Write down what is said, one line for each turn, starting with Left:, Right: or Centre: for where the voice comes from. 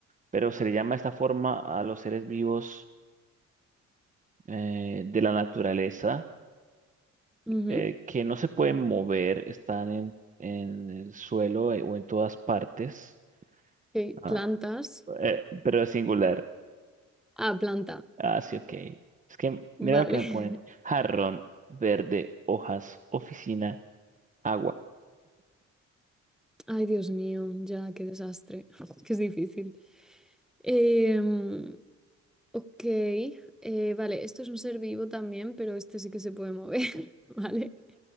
Right: pero se le llama de esta forma a los seres vivos eh, de la naturaleza
Centre: ujú.
Right: eh, que no se pueden mover, están en, en el suelo eh, o en todas partes.
Centre: Ok,
Right: Ah,
Centre: plantas.
Right: eh, pero es singular.
Centre: Ah, planta.
Right: Ah, sí, ok. Es que
Centre: Vale.
Right: mira lo que me ponen.
Centre: <laughs>
Right: Jarrón, verde, hojas, oficina, agua.
Centre: Ay, Dios mío, ya, qué desastre. <laughs> Que es difícil. Em, ok, eh, vale, esto es un ser vivo también, pero este sí que se puede mover, <laughs> ¿vale?